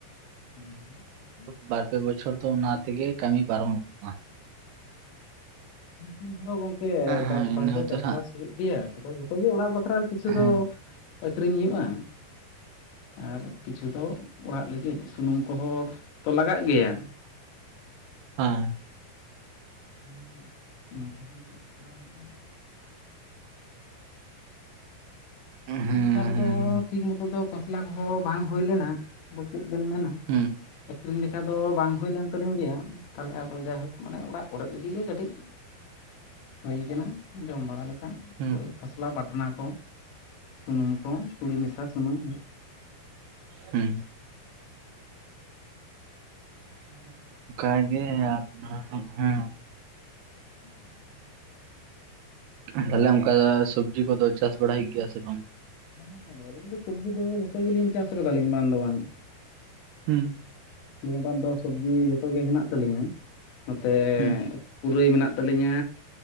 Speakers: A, on the left; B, on the right.
A: ᱦᱮᱸ ᱦᱩᱸ
B: ᱵᱟᱨ ᱯᱮ ᱵᱚᱪᱷᱚᱨ ᱫᱚ ᱚᱱᱟ ᱛᱮᱜᱮ ᱠᱟᱹᱢᱤ ᱯᱟᱨᱚᱢᱚᱜ-ᱟ
A: ᱦᱮᱸ <unintelligible> ᱦᱚᱲ ᱜᱚᱝᱠᱮ
B: ᱦᱮᱸ
A: ᱪᱟᱥᱵᱟᱥ
B: ᱤᱱᱟᱹ
A: ᱫᱚ
B: ᱠᱷᱟᱹᱛᱤᱨ
A: ᱪᱟᱥᱵᱟᱥ
B: ᱦᱟᱸᱜ
A: ᱦᱩᱭᱩᱜ ᱜᱮᱭᱟ ᱟᱫᱚ ᱡᱚᱛᱚ ᱜᱮ ᱚᱲᱟᱜ ᱵᱟᱠᱷᱨᱟ ᱵᱟᱠᱷᱨᱟ ᱠᱤᱪᱷᱩ
B: ᱦᱮᱸ
A: ᱫᱚ ᱟᱹᱠᱷᱨᱤᱧ ᱦᱩᱭᱩᱜ-ᱟ ᱟᱨ ᱠᱤᱪᱷᱩ ᱫᱚ ᱚᱲᱟᱜ ᱞᱟᱹᱜᱤᱫ ᱥᱩᱱᱩᱢ ᱠᱚᱦᱚᱸ ᱛᱚ ᱞᱟᱜᱟᱜ ᱜᱮᱭᱟ
B: ᱦᱮ
A: ᱢᱟᱱᱮ ᱚᱱᱟ ᱠᱚᱦᱚᱸ ᱞᱟᱹᱜᱤᱫ ᱠᱚᱨᱟᱣ ᱦᱩᱭᱩᱜ-ᱟ
B: ᱦᱮᱸ
A: ᱱᱤᱭᱟᱹ ᱵᱟᱨ
B: ᱦᱮᱸ
A: ᱫᱚ ᱴᱷᱤᱠ ᱢᱚᱛᱚ ᱫᱚ ᱠᱷᱚᱥᱞᱟ ᱠᱚᱦᱚᱸ ᱵᱟᱝ ᱦᱩᱭ ᱞᱮᱱᱟ ᱟᱫᱚ ᱪᱮᱫ ᱵᱮᱱ ᱢᱮᱱᱟ
B: ᱦᱩᱸ
A: ᱟᱹᱠᱷᱨᱤᱧ ᱞᱮᱠᱟ ᱫᱚ ᱵᱟᱝ ᱦᱩᱭ ᱞᱮᱱ ᱛᱟᱹᱞᱤᱧ ᱜᱮᱭᱟ ᱛᱟᱦᱚᱞᱮ ᱟᱫᱚ ᱡᱟᱭᱦᱳᱠ ᱢᱟᱱᱮ ᱚᱲᱟᱜ ᱚᱲᱟᱜ ᱞᱟᱹᱜᱤᱫ ᱜᱮ ᱠᱟᱹᱴᱤᱡ ᱦᱩᱭ ᱟᱠᱟᱱᱟ ᱡᱚᱢ ᱵᱟᱲᱟ ᱞᱮᱠᱟ
B: ᱦᱩᱸ
A: ᱠᱷᱚᱥᱞᱟ ᱵᱟᱴᱱᱟ ᱠᱚ ᱥᱩᱱᱩᱢ ᱠᱚ ᱛᱩᱲᱤ ᱢᱮᱥᱟ ᱥᱩᱱᱩᱢ
B: ᱦᱩ
A: ᱦᱮᱸ
B: ᱱᱟᱯᱟᱭ ᱜᱮ ᱟᱯᱱᱟᱨ ᱦᱮᱜ-ᱦᱮᱸ
A: ᱦᱮᱸ
B: ᱛᱟᱦᱞᱮ ᱚᱱᱠᱟ ᱥᱚᱵᱽᱡᱤ ᱠᱚᱫᱚ ᱪᱟᱥ ᱵᱟᱲᱟ ᱜᱮᱭᱟ ᱥᱮ ᱵᱟᱝ
A: ᱦᱮᱸ ᱟᱹᱞᱤᱧ ᱫᱚ ᱥᱚᱵᱽᱡᱤ ᱫᱚ ᱡᱷᱚᱛᱚ ᱜᱮᱞᱤᱧ ᱪᱟᱥ ᱠᱟᱫᱟᱞᱤᱧ ᱵᱟᱝ ᱫᱚ ᱵᱟᱝ
B: ᱦᱩᱸ
A: ᱱᱤᱭᱟᱹ ᱵᱟᱨ ᱫᱚ ᱥᱚᱵᱽᱡᱤ ᱡᱚᱛᱚ ᱜᱮ ᱦᱮᱱᱟᱜ ᱛᱟᱹᱞᱤᱧᱟ ᱱᱚᱛᱮ
B: ᱦᱩᱸ
A: ᱯᱩᱨᱟᱹᱭ ᱢᱮᱱᱟᱜ ᱛᱟᱹᱞᱤᱧᱟ